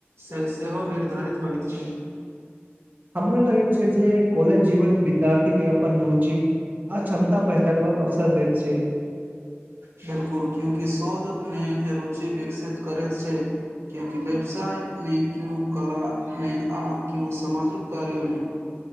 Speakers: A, on the right; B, on the right.
A: से सेहो निर्धारित हो छै
B: हमरा लगै छै जे कॉलेज जीवन विद्यार्थी के अपन रुचि आ क्षमता पहचानबाक अवसर दैत छै
A: बिलकुल क्योंकि शोध मे रुचि विकसित करे छै क्योंकि व्यवसाय मे क्यू कला मे आ क्यों सामाजिक कार्यमे